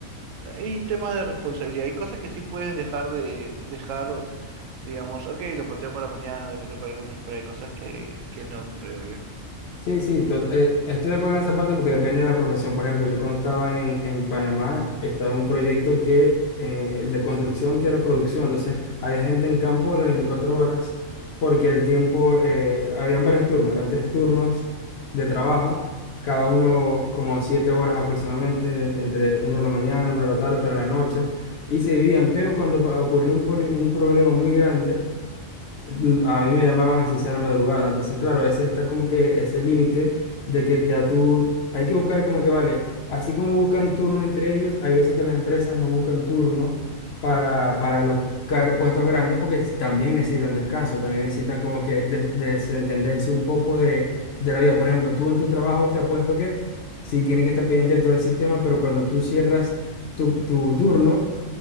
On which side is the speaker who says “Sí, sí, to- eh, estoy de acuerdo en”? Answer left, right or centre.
Left